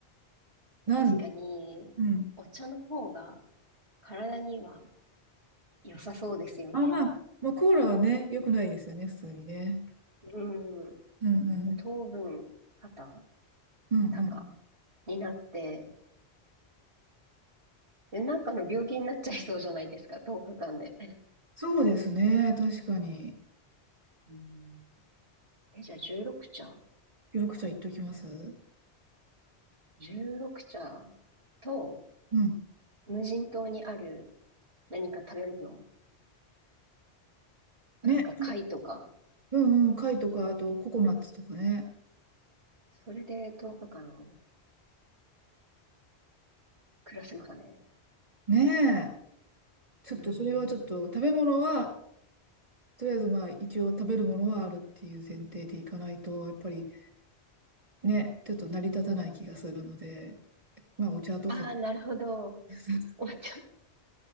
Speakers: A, on the right; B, on the right.
A: なんで、
B: 確かに、
A: うん。
B: お茶の方が体には良さそうですよね。
A: あ、まあ、まあ、コーラはね、良くないですよね、普通にね。
B: うん。
A: うんうん。
B: なんか糖分、肩、
A: うんうん。
B: 高になって、でなんかの病気になっちゃいそうじゃないですか、10日間で。
A: そうですね、確かに。
B: うん。え、じゃあ16茶。
A: 緑茶言っときます。
B: 16茶と
A: うん。
B: 無人島にある何か食べ物、
A: ね。
B: なんか貝とか、
A: うんうん。貝とか、あとココナッツとかね。
B: それで10日間暮らせますかね。
A: ねえ。ちょっと、
B: うん。
A: それはちょっと、食べ物は、とりあえずまあ、一応食べるものはあるっていう前提でいかないと、やっぱりね、ちょっと成り立たない気がするので、まあ、お茶とか。
B: ああ、なるほど。
A: <laughs>
B: お茶、